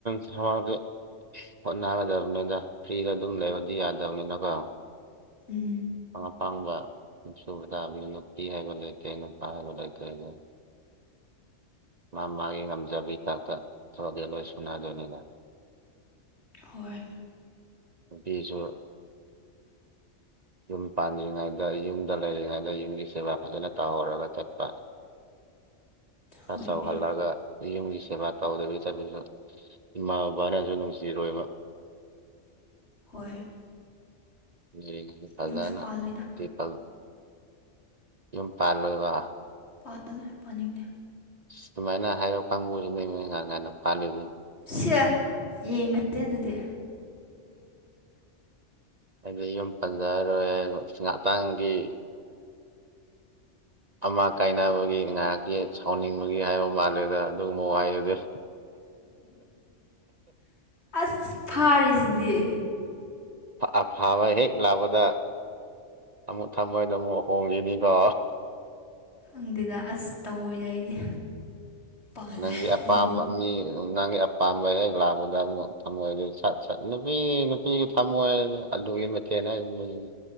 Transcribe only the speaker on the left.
ꯎꯝ
ꯍꯣꯏ
ꯍꯣꯏ
ꯍꯣꯏ
ꯌꯨꯝꯁꯨ ꯄꯥꯜꯂꯣꯏꯗ
ꯄꯥꯜꯂꯣꯏ ꯄꯥꯅꯤꯡꯗꯦ
ꯁꯤ ꯌꯦꯡꯉꯛꯇꯦ ꯑꯗꯨꯗꯤ
ꯑꯁ ꯐꯥꯔꯤꯁꯤꯗꯤ
ꯈꯪꯗꯨꯗ ꯑꯁ ꯇꯧꯑꯣꯏꯗ ꯑꯩꯗꯤ ꯄꯥꯜꯂꯦ
ꯌꯨꯝ